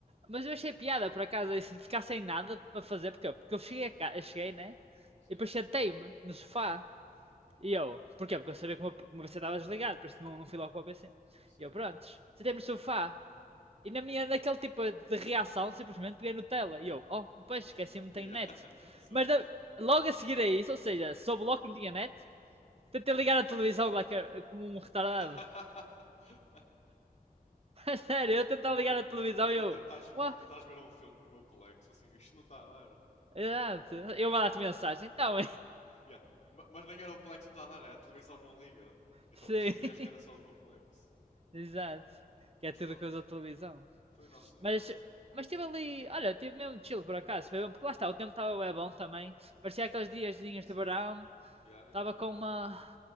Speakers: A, on the right; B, on the left.
A: Mas eu achei piada, por acaso, isso de ficar sem nada para fazer, porque eu, porque eu cheguei, a ca- eu cheguei, né?
B: Sim,
A: E depois sentei-me no sofá. E eu, porquê? Porque eu sabia que o meu o meu PC estava desligado, por isso não, não fui logo para o PC.
B: sim.
A: E eu, prontos, sentei-me no sofá E na minha, naquele tipo de reação, simplesmente peguei no tela. E eu, oh, depois esqueci-me,
B: <laughs>
A: não tenho
B: Yeah,
A: net.
B: certo.
A: Mas da- logo a seguir a isso, ou seja, soube logo que não tinha net, tentei ligar a televisão like, a- como um retardado.
B: <laughs>
A: <laughs> Sério, eu tentava ligar
B: Tu,
A: a televisão
B: a, tu
A: e eu,
B: a tentares,
A: uau,
B: tentares ver um filme no meu Plex, assim, isto não está a dar.
A: exato. Eu mandar-te mensagem, então.
B: Yeah. Ma- Mas nem era o Plex que me estava a dar, era a televisão não liga. Então
A: <laughs> Sim,
B: presumi acho que era só do meu Plex.
A: exato. Que é
B: Mas
A: tudo
B: pronto,
A: que usa a televisão.
B: foi o nosso dia
A: Mas,
B: ontem.
A: mas estive ali, olha, estive mesmo chill por acaso, foi bom, porque lá está, o tempo estava bem bom também. Parecia aqueles diazinhos
B: Sim,
A: de verão,
B: eu também. Yeah,
A: estava
B: yeah, yeah,
A: com uma
B: yeah.